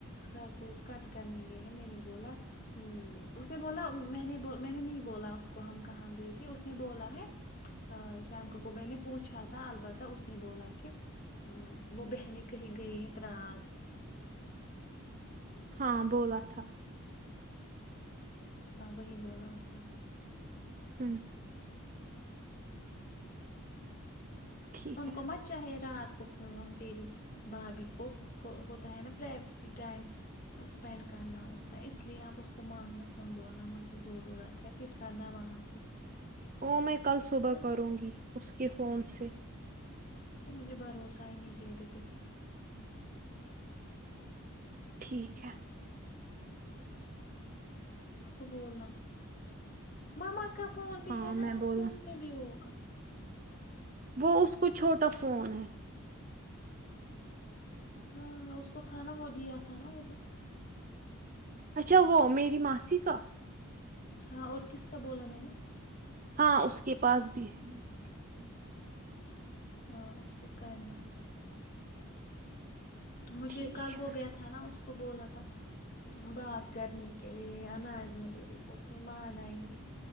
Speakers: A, on the left; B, on the right.
A: سرسوں کٹ کرنے گئی ہے میں نے بولا اس نے بولا میں نے میں نے نہیں بولا اس کو ہم کہاں گئے تھے اس نے بولا ہے شم کا کو میں نے پوچھا تھا البتہ اس نے بولا کہ وہ بہنیں کہی گئی ہے ترال
B: ہاں بولا تھا
A: ہاں وہی بولا اس نے
B: ہوں ٹھیک
A: ان
B: ہے
A: کو مت چاہیے رات اس کو فون تری بھابھی کو اس کو ہوتا ہے نا پرائیویسی ٹائم اسپینڈ کرنا ہوتا ہے اس لیے آپ اس کو مانگنا فون بولنا مجھے ضرورت ہے پھر کرنا وہاں سے
B: او میں کل صبح
A: وہ
B: کروں گی اس کے فون سے
A: وہ مجھے بھروسہ ہی نہیں دےیرے پہ
B: ٹھیک ہے
A: اس کو بولنا ماما کا فون بھی
B: ہاں
A: ہے
B: میں
A: نا آپ
B: بولوں
A: کو اس میں بھی ہوگا
B: وہ اس کو چھوٹا فون ہے
A: ہاں اس کو تھا نا وہ دیا تھا نا ادھر
B: اچھا وہ میری ماسی کا
A: ہاں اور کس کا بولا میں نے
B: ہاں اس کے پاس بھی ہے میں گ ہوں
A: ہاں اسی کرنا مجھے
B: ٹھیک
A: کل
B: ہے
A: ہو گیا تھا نا اس اس کو بولا تھا بات کرنے کے لیے یا ناظمہ دیدی کو اس نے مانا ہی نہیں